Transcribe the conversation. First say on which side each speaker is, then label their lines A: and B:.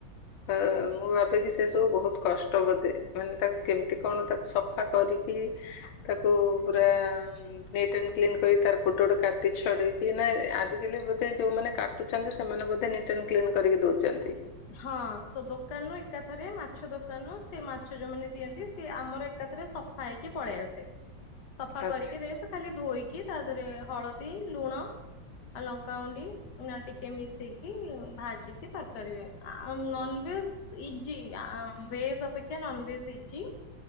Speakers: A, on the left; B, on the left.
A: ହଁ ମୁଁ ଭାବେକି ସେ ସବୁ ବହୁତ କଷ୍ଟ ବୋଧେ ମାନେ ତାକୁ। କେମିତି କଣ ତାକୁ ସଫା କରିକି ତାକୁ ପୁରା। ନିଟ୍ ଆଣ୍ଡ କ୍ଲିନ କରି ତାର ଗୋଟେ ଗୋଟେ କାତି ଛଡେଇକି ନାଇ ଆଜିକାଲି ବୋଧେ ଯୋଉ ମାନେ କାଟ୍ କାଟୁଛନ୍ତି ସେମାନେ ବୋଧେ ନିଟ୍ ଆଣ୍ଡ କ୍ଲିନ କରିକି ଦଉଛନ୍ତି।
B: ହଁ ସେ ଦୋକାନରୁ ଏକାଥରେ ମାଛ ଦୋକାନରୁ ସେ ମାଛ ଯୋଉମାନେ ଦିଅନ୍ତି ସିଏ ଆମର ଏ। ଏକାଥରେ ସଫା ହେଇକି ପଳେଇ ଆସେ ସଫା
A: ଆଚ୍ଛା।
B: କରିକି ଦିଏ ସେ ଖାଲି ଧୋଇକି। କି ତା ଦେହରେ ହଳଦୀ ଲୁଣ। ଆଉ ଲଙ୍କାଗୁଣ୍ଡି ନା ଟିକେ ମିଶେଇିକି ଭାଜିକି ତରକାରି ରେ। ଆ ନନଭେଜ୍ ଇଜି ଆଉଁ ଭେଜ୍ ଅପେକ୍ଷା ନନଭେଜ୍ ଇଜି।